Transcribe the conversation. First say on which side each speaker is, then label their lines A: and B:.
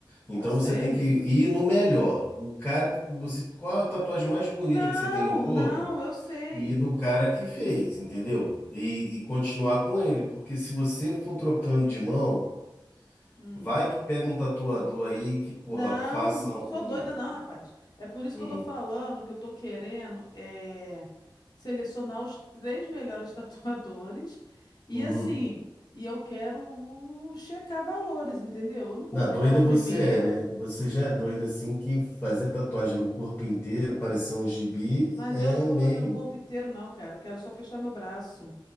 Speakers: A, on the left; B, on the left.
A: Então
B: eu sei,
A: você tem
B: amiga.
A: que ir no melhor. O cara que você. Qual a tatuagem mais bonita
B: Não,
A: que você tem no corpo?
B: não, eu sei.
A: E no cara que fez, entendeu? E, e continuar com ele. Porque se você for trocando de mão,
B: Hum.
A: vai que pega um tatuador aí que, porra,
B: Não,
A: faça
B: sou
A: um.
B: doida não, rapaz. É por isso
A: um,
B: que eu tô falando que eu tô querendo é, selecionar os três melhores <laughs> tatuadores e
A: uhum.
B: assim, e eu quero checar valores, entendeu? Eu não vou
A: Na
B: pegar
A: doida
B: o primeiro,
A: você é, né? Você já é doida assim que fazer tatuagem no corpo inteiro, parecer um gibi,
B: mas
A: é
B: eu não vou
A: meio.
B: fazer no corpo inteiro não, cara. Eu quero só fechar meu braço.